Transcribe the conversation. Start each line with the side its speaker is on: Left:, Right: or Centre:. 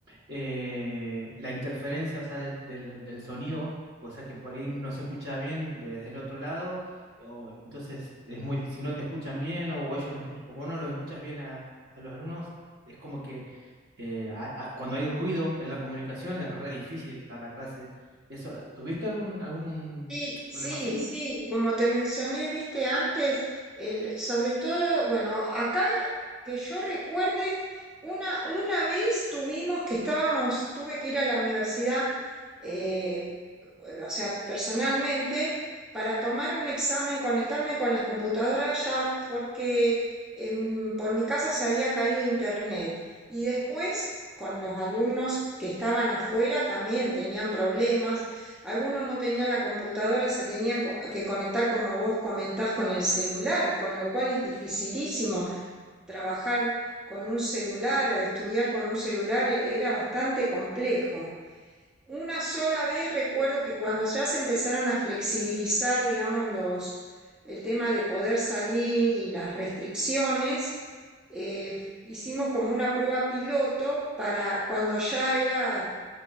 Right: eh, la interferencia, o sea, del, del- del sonido, o sea, que por ahí no se escucha bien desde el otro lado, o entonces es muy, di- si no te escuchan bien o ellos no escuch- o vos no los escuchas bien a, a los alumnos, es como que eh, a- a- cuando hay ruido en la comunicación es re difícil dar la clase. Eso, ¿tuviste algún, algún
Centre: Sí, sí,
Right: problema así?
Centre: sí, como te mencioné, viste antes, el, sobre todo, bueno, acá que yo recuerde, una, una vez tuvimos que estábamos, tuve que ir a la universidad, eh, o sea, personalmente, para tomar un examen, conectarme con las computadoras ya, porque em, por mi casa se había caído internet. Y después, con los alumnos que estaban afuera, también tenían problemas. Algunos no tenían la computadora, se tenían co- que conectar, como vos comentás, con el celular, con lo cual es dificilísimo trabajar con un celular o estudiar con un celular eh, era bastante complejo. Una sola vez recuerdo que cuando ya se empezaron a flexibilizar, digamos, los, el tema de poder salir y las restricciones, eh, hicimos como una prueba piloto para cuando ya era